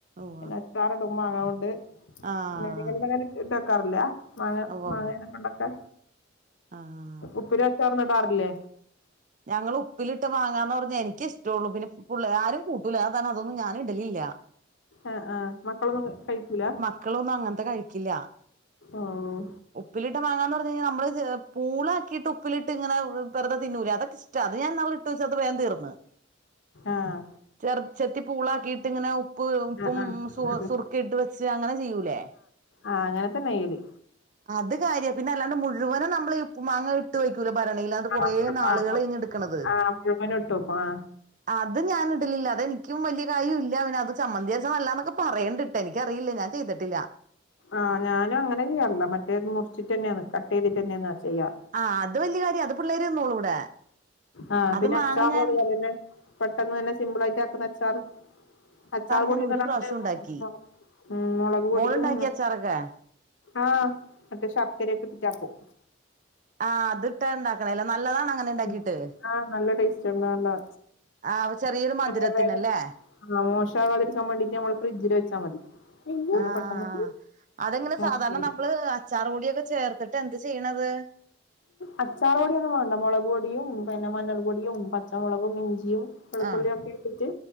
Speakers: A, on the right; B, on the left.
A: ഉവ്വ
B: പിന്നെ അച്ചാറോടും മാങ്ങ കൊണ്ട്
A: ആഹ്
B: <unintelligible> അങ്ങന ഇട്ടക്കാറില്ല മാങ്ങ
A: ഉവ്വ
B: മാങ്ങനെ
A: ഉവ്വ
B: കൊണ്ടൊക്കെ
A: ആഹ്
B: ഉപ്പില വെച്ചാ ന്ന്ടാറില്ലേ?
A: ഞങ്ങൾ ഉപ്പിലിട്ട് വാങ്ങാന്ന് പറഞ്ഞ എനക്ക് ഇഷ്ടള്ളൂ പിന്നെ പുള്ള് ആരും കൂട്ടൂല അതാരണം അതൊന്നും ഞാന ഇടലില്ല.
B: ആഹ് ആഹ് മക്കളൊന്നും കഴിക്കൂല?
A: മക്കളൊന്നും അങ്ങനത്തെ കഴിക്കില്ല.
B: ഓഹ്.
A: ഉപ്പിലിട്ട വാങ്ങാന്ന് പറഞ്ഞു കഴിഞ്ഞാ നമ്മ പൂളക്കിയിട്ട് ഉപ്പിലി തിങ്ങനെവെറുതെതിന്നൂലെ അതൊക്കെ ഇഷ്ടത് ഞാൻാൾ ഇട്ട് വച്ച അത് വേൻ തീർന്ന്.
B: ആഹ്.
A: ചെറ ചെത്തി പൂളാക്കിയിട്ട് ഇങ്ങനെ ഉപ്പ് ഉപ്പും
B: ആ ആ
A: സുസുറുക്കിയിട്ട്
B: അതെ
A: വെച്ച് അങ്ങനെ ചെയ്യൂലേ
B: ആഹ് അങ്ങനെ തന്നെയ്യല്
A: അത് കാര്യം പിന്നെ അല്ലാണ്ട് മുഴുവനും നമ്മളീ ഉപ്പു മാങ്ങയി ഇട്ട് വയ്ക്കൂല ഭരണിയിലാണ്ട്
B: ആ
A: കുറേ നാളുകള് ഞ്ഞ് എടുക്കണത്.
B: ആ മുഴുവനും ഇട്ട് വെക്കും ആ
A: അത് ഞാൻ ഇടലില്ല അതെനിക്കും വലിയ കാര്യ ഇല്ല അവന് അത് ചമ്മന്തിയാച്ച ല്ലാന്നൊക്കെ പറയേണ്ട് എനിക്കറിയില്ല ഞാൻ ചെയ്തിട്ടില്ല.
B: ആഹ് ഞാനും അങ്ങനെയ ചെയാറില്ല മറ്റേ മുറിച്ചിട്ട് തന്നെയന്ന് കട്ട് ചെയ്തിട്ട് തന്നെയന്നാ ചെയ്യാ
A: ആഹ് അത് വല്യ കാര്യ അത് പിള്ളേരി ന്നോളൂ ഇവിടെ.
B: ആഹ്
A: അത്
B: പിന്നെ
A: മാങ്ങ
B: അച്ചാറ്
A: ഞാൻ
B: അതുപലെന്നെ പെട്ടെന്ന് തന്നെ സിമ്പിൾ ആയിട്ട് ആക്കുന്ന അച്ചാറ് അച്ചാർ പൊടിയന്ന്
A: ഞാൻ ഒരു
B: <unintelligible>
A: പ്രാവശ്യം ഉണ്ടാക്കി
B: ഉം മൊളക് പൊടിയും.
A: മോളുണ്ടാക്കിയ അച്ചാറൊക്കെ
B: ആഹ് മറ്റേ ശർക്കരയൊക്കെ ഇട്ടിട്ടാക്കും
A: ആഹ് അത് ഇട്ടാ ഉണ്ടാക്ക്ണല്ല നല്ലതാണൊ അങ്ങനെ ഇണ്ടാക്കിട്ട്?
B: ഉം. ആഹ് നല്ല ടേസ്റ്റ് ഉണ്ട് നല്ല-
A: ആഹ് ചെറിയൊരു
B: <unintelligible>
A: മധുരത്തിനല്ലേ
B: മോശാവാതിരിക്കാൻ വേണ്ടിട്ട് നമ്മള് ഫ്രിഡ്ജില് വെച്ചാൽ മതി. അങ്ങനെ
A: ആഹ്
B: പെട്ടെന്ന്
A: അതെങ്ങനെ
B: മോശാവൂല.
A: സാധാരണ നമ്മള് അച്ചാറ് പൊടിയൊക്കെ ചേർത്തിട്ട് എന്ത് ചെയ്യണത്?
B: അച്ചാറ് പൊടിയൊന്നു വേണ്ടാ മൊളക് പൊടിയും പിന്നെ മഞ്ഞൾ പൊടിയും പച്ചമുളകും ഇഞ്ചിയും വെളുത്തുള്ളിയൊക്കെ
A: ആഹ്
B: ഇട്ടിട്ട്